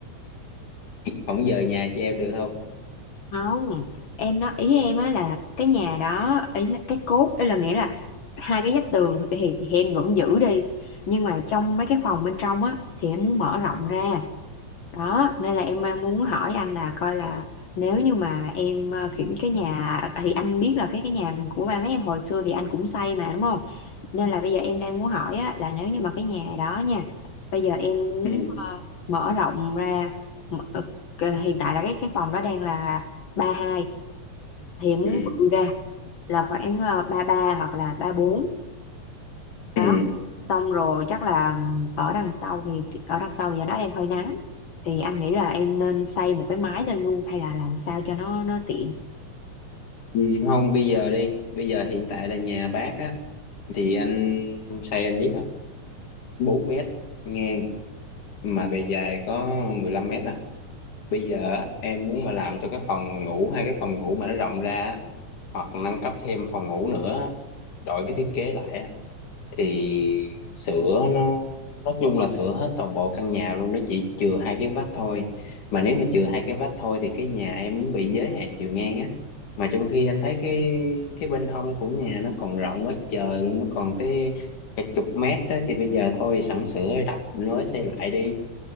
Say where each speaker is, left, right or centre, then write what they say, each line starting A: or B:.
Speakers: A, on the left; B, on the left.
A: Không giờ nhà cho em được không?
B: không em nói ý em á là cái nhà đó ý là cái cốt ý là nghĩa là hai cái vách tường thì, thì em vẫn giữ đi nhưng mà trong mấy cái phòng bên trong á thì em muốn mở rộng ra đó nên là em đang muốn hỏi anh là coi là nếu như mà em ờ, kiểu cái nhà à, thì anh biết là cái cái nhà của ba mấy em hồi xưa thì anh cũng xây mà đúng không nên là bây giờ em đang muốn hỏi á, là nếu như mà cái nhà đó nha bây giờ em muốn
A: ừ
B: ờ, mở rộng ra mở, ờ, ờ, hiện tại là cái cái phòng đó đang là ba hai thì em muốn
A: ừ
B: bự ra là khoảng ờ, ba ba hoặc là ba bốn đó
A: ừ
B: xong rồi chắc là ở đằng sau thì ở đằng sau giờ nó đang hơi nắng thì anh nghĩ là em nên xây một cái mái lên luôn hay là làm sao cho nó nó tiện
A: Ừ, không bây giờ đi bây giờ hiện tại là nhà bác á thì anh say anh biết rồi bốn mét ngang mà bề dài có 15 mét à bây giờ á, em muốn mà làm cho cái phòng ngủ hai cái phòng ngủ mà nó rộng ra á, hoặc nâng cấp thêm phòng ngủ nữa đổi cái thiết kế lại á, thì sửa nó nói chung là sửa hết toàn bộ căn nhà luôn nó chỉ chừa hai cái vách thôi mà nếu mà chừa hai cái vách thôi thì cái nhà em bị giới hạn chiều ngang á mà trong khi anh thấy cái cái bên hông của nhà nó còn rộng quá trời luôn nó còn tới cả chục mét đó thì bây giờ thôi sẵn sửa rồi đập nối xây lại đi